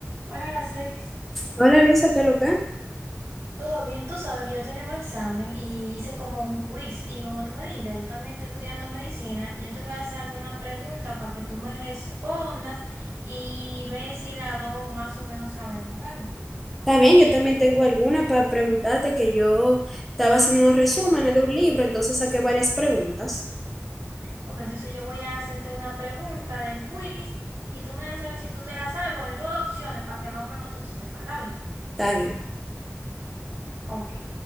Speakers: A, on the right; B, in the centre.
A: Hola, Aracelis.
B: Hola Luisa, ¿qué loca?
A: Todo bien, tú sabes que yo tenía un examen y hice como un quiz. Y como tú me dijiste, tú también estás estudiando medicina, yo te voy a hacer alguna pregunta para que tú me respondas y ve si las dos más o menos sabemos. ¿Está bien?
B: Está bien, yo también tengo alguna para preguntarte que yo estaba haciendo unos resúmenes de un libro, entonces saqué varias preguntas.
A: Ok, entonces yo voy a hacerte una pregunta del quiz y tú me dejas saber si tú te la sabes. Bueno, yo tengo las opciones para que más o menos tú sepas. ¿Está bien?
B: Está bien.
A: Ok.